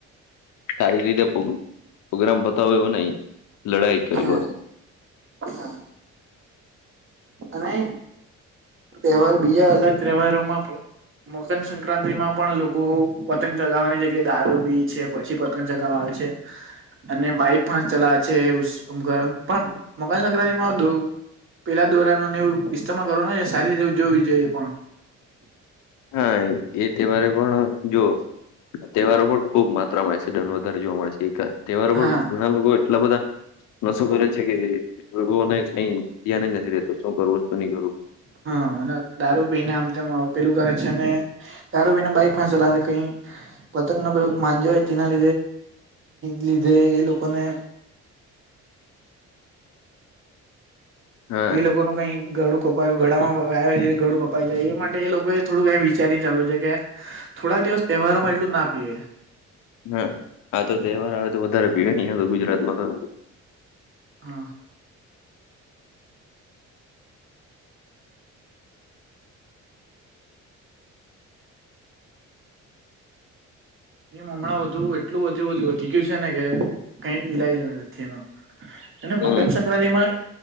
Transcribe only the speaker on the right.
હા
હા અને તહેવાર બીજા અલગ તહેવારોમાં મોસન સંક્રાંતિ માં પણ લોકો પતંગ ચગાવવાની જગ્યાએ દારૂ છે પછી પતંગ જગાવા આવે છે, અને બાઈક પણ ચલાવે છે અમુક પણ મકાન સંક્રાંતિમાં પેલા દોરાણને એવું ઇસ્મ કરો ન સારી રીતે ઉજવવું જોઈએ પણ.
હા
હા, અને દારૂ પીને આમ પેલું કરે છે અને દારું બીને બાઈક પણ ચલાશે કઈ પતંગનો પ્રયોગ માંજ્યો હોય તેના લીધે એ લોકોને
એ લોકોનું કઈ ગડું કપાયું ગળામાં એરીતે ગડું કપાઈ જાય એ માટે એ લોકો એ થોડુંક વિચારીને ચાલુ છે, કે થોડાક દિવસ તહેવારો માં એટલું ના પીએ.
હા એ હમણાં બધું એટલું બો વધી ગયું છે ને કે કઈ લાયક જ અને
મકર સંક્રાંતિમાં